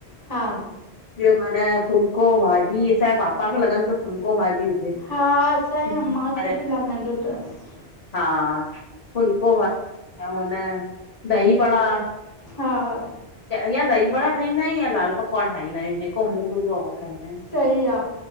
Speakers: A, on the left; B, on the left.
A: हा
B: ॿियो अन फुल्को भाॼी। असांजे पापा खे लगंदो तस फुल्को भाॼी हुजे।
A: हा, असांजे
B: पर
A: अम्मा खे बि लॻंदो तसि।
B: हा, फुल्को भा उऊं अं न दही वड़ा
A: हा हा
B: या दही बड़ा ठाहींदा आयूं, या दाल पकवान ठाहींदा आहियूं। जेको मूड हूंदो आ उहो। ठाहींदा आहियूं।
A: सही आ।